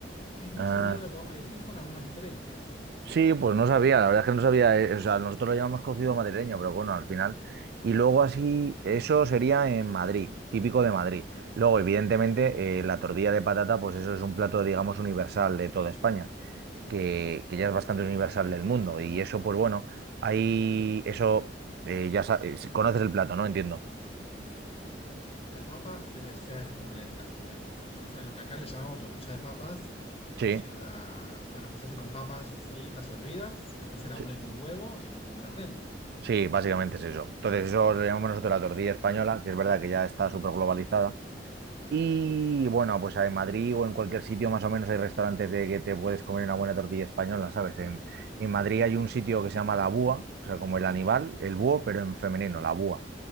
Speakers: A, on the left (about 35°); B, on the right (about 60°).
A: Es muy
B: Ah,
A: similar a lo que vos me decís con algunas diferencias.
B: Sí, pues no sabía, la verdad es que no sabía, eh, o sea, nosotros lo llamamos cocido madrileño, pero bueno, al final. Y luego así, eso sería en Madrid, típico de Madrid. Luego, evidentemente, eh, la tortilla de patata, pues eso es un plato, digamos, universal de toda España, que, que ya es bastante universal del mundo. Y eso, pues bueno, ahí, eso, eh, ya sa- eh, conoces el plato, ¿no? Entiendo.
A: O sea, de papas debe ser como le, eh, o sea, lo que acá le llamamos tortilla de papas, que
B: Sí,
A: lleva, bueno, que se hace con papas fritas o hervidas, después se la
B: sí,
A: une con huevo en un sartén.
B: sí, básicamente es eso. Entonces, eso lo llamamos nosotros la tortilla española, que es verdad que ya está súper globalizada Y bueno, pues en Madrid o en cualquier sitio más o menos hay restaurantes de que te puedes comer una buena tortilla española, ¿sabes? En, en Madrid hay un sitio que se llama La Búa, o sea, como el animal, el búho, pero en femenino, La Búa.